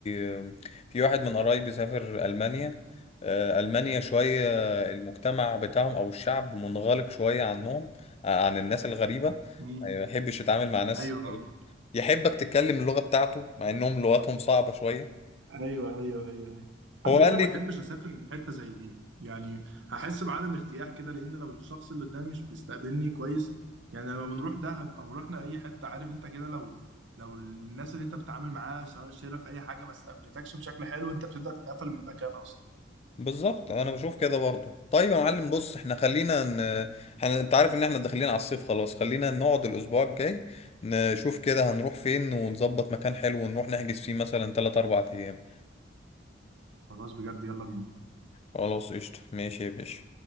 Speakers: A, on the left; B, on the right.
A: آه، في واحد من قرايبي سافر المانيا آه، المانيا شوية المجتمع بتاعهم او الشعب منغلق شوية عنهم آه، عن الناس الغريبة
B: امم
A: يعني ما يحبش يتعامل مع ناس
B: ايوه
A: غريبة. يحبك تتكلم اللغة بتاعته مع انهم لغتهم صعبة شوية
B: ايوه ايوه ايوه ايوه على
A: هو
B: فكره
A: قال لي
B: ما احبش اسافر لحته زي دي يعني هحس بعدم ارتياح كده لان لو الشخص اللي قدامي مش بيستقبلني كويس يعني لما بنروح دهب او رحنا اي حته عارف انت كده لو لو الناس اللي انت بتتعامل معاها سواء شرف اي حاجه ما استقبلتكش بشكل حلو انت بتبدا تتقفل من المكان اصلا
A: بالظبط انا بشوف كده برضو طيب يا معلم بص احنا خلينا ن... احنا انت عارف ان احنا داخلين على الصيف خلاص خلينا نقعد الاسبوع الجاي نشوف كده هنروح فين ونظبط مكان حلو ونروح نحجز فيه مثلا 3 4 ايام
B: خلاص بجد يلا بينا
A: خلاص قشطة ماشي يا باشا